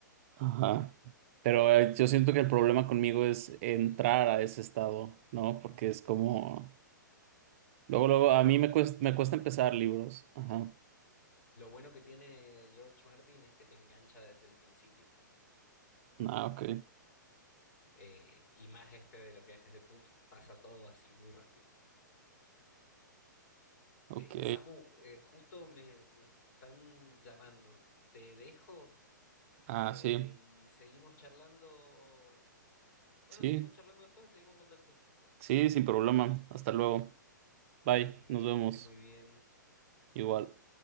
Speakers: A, on the right; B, on the left.
A: Ajá. Pero eh, yo siento que el problema conmigo es entrar a ese estado, ¿no? Porque es como, luego, luego,
B: Bueno,
A: a mí me cuesta, me cuesta empezar libros. Ajá.
B: lo bueno que tiene George Martin es que te engancha desde el principio.
A: Ah, ok,
B: Eh, y más este de los viajes de TUF, pasa todo así muy rápido.
A: ok.
B: Eh, Samu, eh, justo me, me están llamando. Te dejo
A: Ah,
B: eh,
A: sí,
B: y seguimos charlando. Bueno,
A: sí,
B: seguimos charlando después, seguimos en contacto.
A: sí, sin problema. Hasta luego. Bye,
B: Dale,
A: nos vemos.
B: que estés muy bien.
A: Igual.